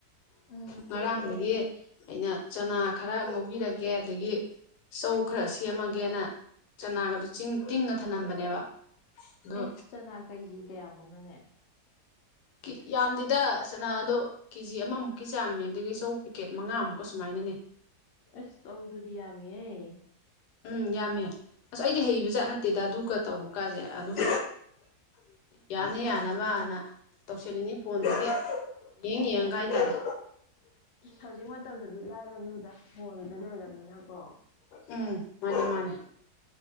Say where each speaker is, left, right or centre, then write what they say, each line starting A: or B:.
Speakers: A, on the left (about 60°); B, on the left (about 85°).
A: ꯎꯝ
B: ꯉꯔꯥꯡꯗꯒꯤ ꯑꯩꯅ ꯆꯅꯥ ꯈꯔ ꯉꯧꯕꯤꯔꯒꯦ ꯑꯗꯒꯤ ꯆꯧ ꯈꯔ ꯁꯦꯝꯃꯒꯦꯅ ꯆꯅꯥꯒꯗꯨ ꯆꯤꯡ ꯇꯤꯡꯉ ꯊꯅꯝꯕꯅꯦꯕ ꯑꯗꯣ
A: ꯑꯦ ꯆꯅꯥ ꯀꯩꯖꯤ ꯀꯌꯥꯃꯨꯛꯅꯣꯅꯦ
B: ꯀꯤ ꯌꯥꯝꯗꯦꯗ ꯆꯅꯥ ꯗꯣ ꯀꯦꯖꯤ ꯑꯃꯃꯨꯛꯀꯤ ꯆꯥꯡꯅꯦ ꯑꯗꯨꯒꯤ ꯆꯧ ꯄꯤꯀꯦꯠ ꯃꯉꯥꯃꯨꯛꯀ ꯁꯨꯃꯥꯏꯅꯅꯦ
A: ꯑꯦꯁ ꯆꯧꯗꯨꯗꯤ ꯌꯥꯝꯃꯦꯍꯦ
B: ꯎꯝ ꯌꯥꯝꯃꯦ ꯑꯁ ꯑꯩꯗꯤ ꯍꯩꯕꯖꯥꯠ ꯅꯠꯇꯦꯗ ꯑꯗꯨꯒ ꯇꯧꯕ ꯀꯥꯖꯦ ꯑꯗꯨꯝ ꯌꯥꯅ ꯌꯥꯅꯕꯅ ꯇꯧꯁꯜꯂꯤꯅꯤ ꯐꯣꯟꯗꯒꯤ ꯌꯦꯡ ꯌꯦꯡꯉꯒ ꯍꯥꯏꯇꯥꯔꯦ
A: ꯍꯧꯖꯤꯛ ꯃꯇꯝꯗꯗꯤ ꯂꯥꯏꯔꯕꯅꯤꯗ ꯐꯣꯟꯗꯨ ꯂꯩꯔꯕꯅꯤꯅꯀꯣ
B: ꯎꯝ ꯃꯥꯅꯦ ꯃꯥꯅꯦ